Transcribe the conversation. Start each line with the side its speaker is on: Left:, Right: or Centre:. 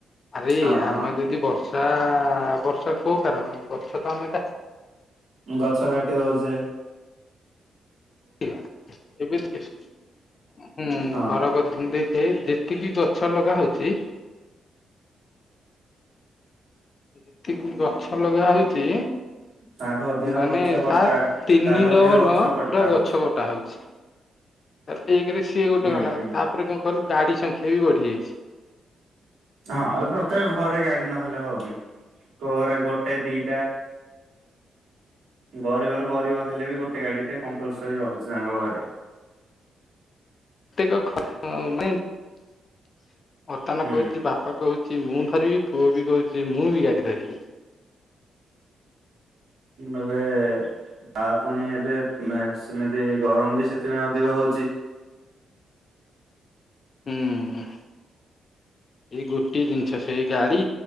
Left: ଆରେ
Right: ହଁ
Left: ଆମେ
Right: ହଁ
Left: ଯଦି ବର୍ଷା-ଆ-ଆ-ଆ ବର୍ଷା କୋଉ କାରଣ ଗଛ ତ ଆମେ କା
Right: ଗଛ କାଟି ରହୁଛେ।
Left: ଏବେ ହୁଁ
Right: ହଁ
Left: ଘର କରିଛନ୍ତି। ସେ ଯେତିକି ଗଛ ଲଗା ହଉଛି ଯେତିକି ଗଛ ଲଗା ହଉଛି
Right: ତାଠୁ ଅଧିକ
Left: ମାନେ
Right: ଗଛ କଟା
Left: ତା ତିନି
Right: ତାଠୁ ଅଧିକ
Left: ଡବଲ
Right: ଗଛ କଟା
Left: ପୁରା ଗଛ
Right: ହଉଛି
Left: ଛ କଟା ହେଉଛି। ତ ଏକରେ ସିଏ ଗୋଟେ
Right: ହୁଁ
Left: ଗଲା
Right: ହୁଁ
Left: ତାପରେ କଣ କହିଲୁ ଗାଡି ସଂଖ୍ୟା ବି ବଢି ଯାଇଛି।
Right: ହଁ ଏ ପ୍ରତ୍ୟେକ ଘରେ ଗାଡି ନହେଲେ ହଉନି। କୋଉ ଘରେ ଗୋଟେ ଦି ଟା ଗରିବ ର ଗରିବ ହେଲେ ବି ଗୋଟେ ଗାଡି ଟେ କମ୍ପଲସରି ରହୁଛି ତାଙ୍କ ଘରେ।
Left: ଆ <inaudible> ଅତାନ
Right: ହୁଁ
Left: କହୁଛି ବାପା କହୁଛି ମୁଁ ଧରିବି ପୁଅ ବି କହୁଛି ମୁଁ ବି ଗାଡି ଧରିବି।
Right: ଏବେ-ଏ-ଏ ଆ ପୁଣି ଏବେ ମେ ସିମେ ସେ ଗରମ ବି ସେଥିପାଇଁ ଅଧିକ ହଉଛି।
Left: ହୁଁ। ଏଇ ଗୋଟିଏ ଜିନିଷ ସେଇ ଗାଡି,